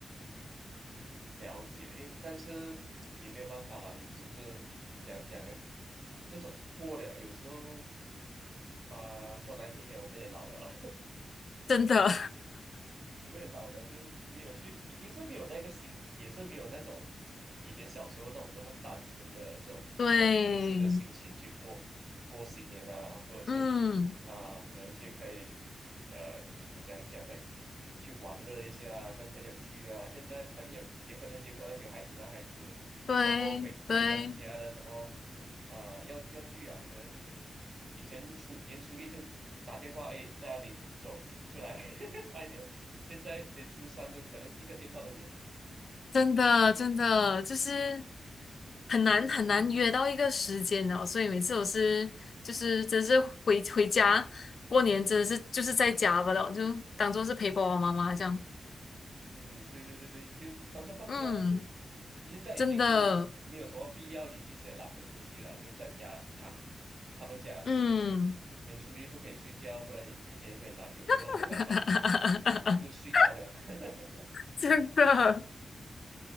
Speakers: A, on the right; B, on the left.
A: 了解，诶，但是也没有办法啦，有时这讲讲呢，这种过了，有时候啊、说难听点，我们也老了。
B: 真的，
A: 我们也老了，就没有去，已经是没有那个心，也是没有那种以前小时候那种这么单纯的这种像朴素的心情去过过新年啊，
B: <laughs> 对，
A: 或者是
B: 嗯，
A: 啊、可能去可以呃讲讲呢，去玩乐一下啊，跟朋友聚啊。现在朋友结婚的结婚，有孩子的孩子，
B: 对对。
A: 然后回回娘家的什么呃要要聚啊，可能以前初年初一就打电话，哎，在那里走出来，<laughs> 拜年。现在连初三都可能一个电话都没有。
B: 真的真的就是
A: 嗯
B: 很难很难约到一个时间哦，所以每次我是就是真是回回家过年真的是就是在家吧了，就当做是陪爸爸妈妈这样。
A: 嗯，对对对对，就当做放假就，
B: 嗯，
A: 现在已经是没有什么必要，
B: 真的，
A: 也其实也懒得出去了，就在家躺。他们讲
B: 嗯，
A: 年初一不可以睡觉，不然一一年可以懒，有时候没办法
B: <laughs>
A: 就睡着了。<laughs>
B: 真的，